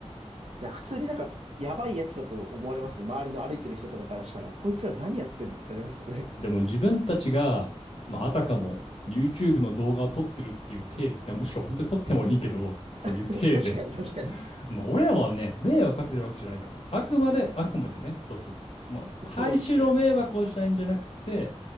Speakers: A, on the right; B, on the left.
A: う。いや、普通になんか、やばいやつだと思われますね。周りの歩いてる人とかからしたら、こいつら何やってんのってなりますよね。
B: でも自分たちが、まあ、あたかも YouTube の動画を撮ってるっていう体で、でもむしろ本当に撮ってもいいけど、そういう体で
A: <laughs> 確かに、確かに。
B: <laughs> まあ俺らはね、迷惑かけてるわけじゃないから。あくまで、あくまでね、そうそうそう。まあ、大衆の迷惑をしたいんじゃなくて、
A: そうっすね。